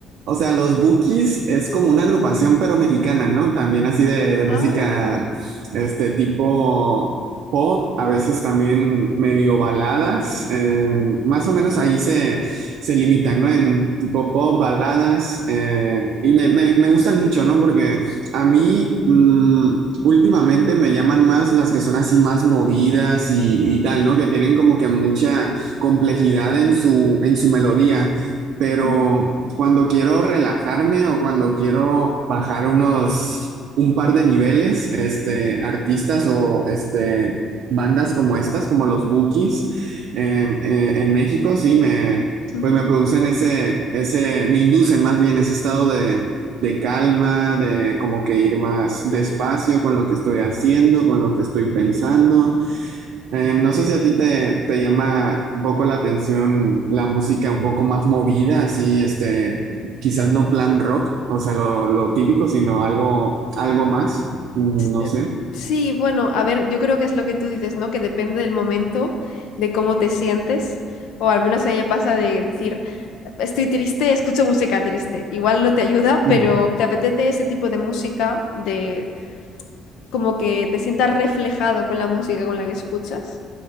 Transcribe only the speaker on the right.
O sea, los Bukis es como una agrupación pero mexicana, ¿no? También así de, de música,
este tipo pop, a veces también medio baladas, eh, más o menos ahí se, se limitan, ¿no? En tipo pop, baladas, eh, y me, me- me gustan mucho, ¿no? Porque a mí mm, últimamente me llaman más las que son así más movidas y, y tal, ¿no? Que tienen como que mucha complejidad en su, en su melodía pero
cuando quiero relajarme o cuando quiero bajar unos, un par de niveles, este, artistas o este, bandas como estas, como los Bookies, eh, eh, en México, sí, me,
pues me producen ese, ese, me inducen más bien ese estado de, de calma, de como que ir más despacio con lo que estoy haciendo, con lo que estoy pensando. Eh, no sé si a ti te, te llama un poco la atención la música un poco más movida, así, este, quizás no plan rock, o sea, lo, lo típico, sino algo, algo más, mm, no
sé.
Ujú.